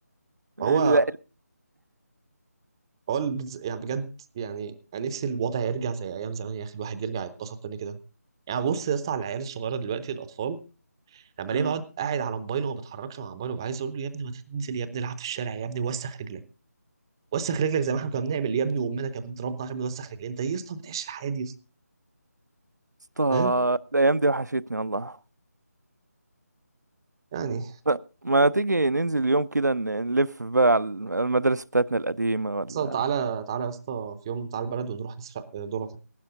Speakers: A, on the right (about 85°); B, on the right (about 15°).
A: لا
B: فهو هو ال- بز- يعني بجد يعني انا نفسي الوضع يرجع زي ايام زمان يا اخي الواحد يرجع يتبسط تاني كده يعني بص يا اسطى على العيال الصغيره دلوقتي الاطفال لما ليه
A: مم.
B: بقعد قاعد على موبايله وما بتحركش مع موبايله عايز اقول له يا ابني ما تنزل يا ابني العب في الشارع يا ابني وسخ رجلك وسخ رجلك زي ما احنا كنا بنعمل يا ابني وامنا كانت بتضربنا عشان نوسخ رجلنا انت إيه يا اسطى ما بتعيش الحياه دي يا اسطى
A: اسطى
B: فاهم
A: الايام دي وحشتني والله
B: يعني يا
A: ط- ما تيجي ننزل يوم كده ن- نلف بقى على المدارس بتاعتنا القديمه ولا
B: اسطى تعالى تعالى يا اسطى في يوم تعالى البلد ونروح نسرق ذره